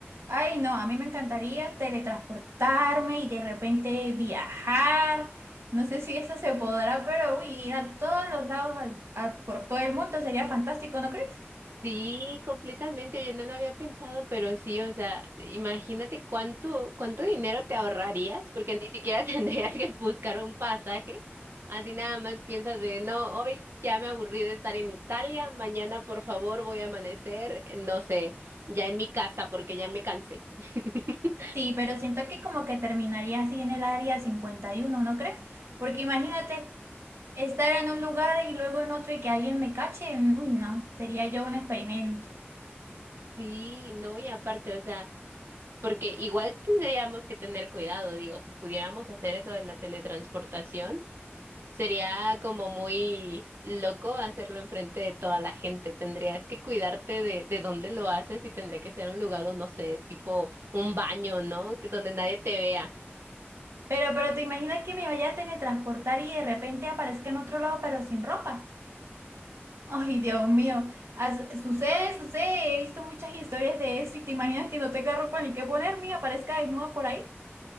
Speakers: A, on the right (about 90°); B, on the right (about 70°).
A: Ay, no, a mí me encantaría teletransportarme y de repente viajar. No sé si eso se podrá, pero uy, ir a todos los lados, a- a- por todo el mundo sería fantástico, ¿no crees?
B: Sí, completamente, yo no lo había pensado, pero sí, o sea, imagínate cuánto, cuánto dinero te ahorrarías, porque ni siquiera <laughs> tendrías que buscar un pasaje. Así nada más piensas de, no, hoy ya me aburrí de estar en Italia, mañana por favor voy a amanecer, no sé, ya en mi casa porque ya me cansé. <laughs>
A: Sí, pero siento que como que terminaría así en el área 51, ¿no crees? Porque imagínate estar en un lugar y luego en otro y que alguien me cache. mm, Uy, no, sería yo un experimento.
B: Sí, no, y aparte, o sea, porque igual tendríamos que tener cuidado, digo, si pudiéramos hacer eso de la teletransportación. Sería como muy loco hacerlo enfrente de toda la gente. Tendrías que cuidarte de, de dónde lo haces y tendría que ser un lugar, no sé, tipo un baño, ¿no? Que Donde nadie te vea.
A: Pero, pero ¿te imaginas que me vaya a teletransportar y de repente aparezca en otro lado pero sin ropa? <laughs> Ay, Dios mío. As- sucede, sucede. He visto muchas historias de eso y te imaginas que no tenga ropa ni qué ponerme y aparezca desnuda por ahí.